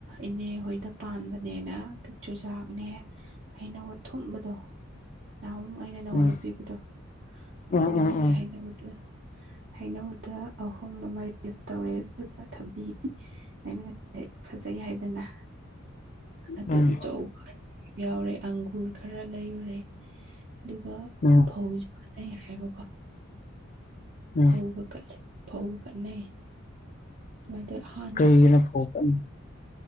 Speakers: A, on the right; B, on the left.
A: ꯏꯅꯦ ꯍꯣꯏꯗ ꯄꯥꯟꯕꯅꯦꯅ ꯆꯨꯖꯥꯛꯅꯦ ꯍꯩꯅꯧ ꯑꯊꯨꯝꯕꯗꯣ ꯅꯍꯨꯝ ꯑꯩꯅ ꯅꯉꯣꯟꯗ
B: ꯎꯝ
A: ꯄꯤꯕꯗꯣ
B: ꯎꯝ
A: ꯑꯗꯨꯝꯕꯒꯤ
B: ꯎꯝ ꯎꯝ
A: ꯍꯩꯅꯕ ꯍꯩꯅꯧꯗ ꯑꯍꯣꯡꯅ ꯃꯥꯢꯔꯥ ꯇꯧꯔꯦ ꯑꯗꯨꯒ ꯊꯕꯤ <unintelligible> ꯐꯖꯩ ꯍꯥꯏꯗꯅ ꯑꯗꯨ
B: ꯎꯝ
A: ꯑꯆꯧꯕ ꯌꯥꯎꯔꯦ ꯑꯪꯒꯨꯔ ꯈꯔ ꯂꯩꯔꯨꯔꯦ ꯑꯗꯨꯒ
B: ꯎꯝ
A: ꯐꯧ ꯖꯨ ꯀꯠꯅꯩ ꯍꯥꯏꯕ ꯀꯣ
B: ꯋꯥ
A: ꯎꯒ ꯀꯠꯂꯦ ꯐꯧ ꯀꯠꯅꯩ ꯁꯨꯃꯥꯏ ꯇꯧꯑ ꯑꯍꯥꯟ
B: ꯀꯩꯒꯤꯅ ꯐꯣꯀꯅꯤ